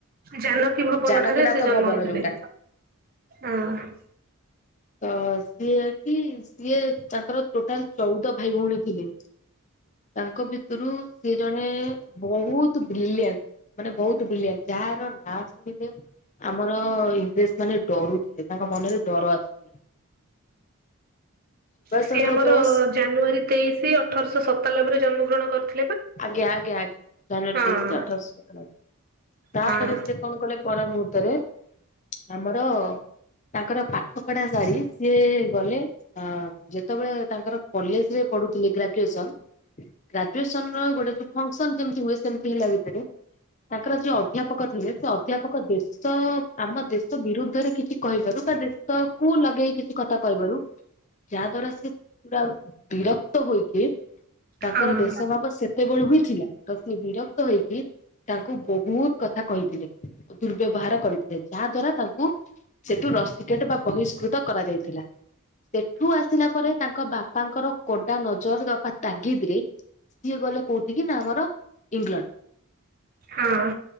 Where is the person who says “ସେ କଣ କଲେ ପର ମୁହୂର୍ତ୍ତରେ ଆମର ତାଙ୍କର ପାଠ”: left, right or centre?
Left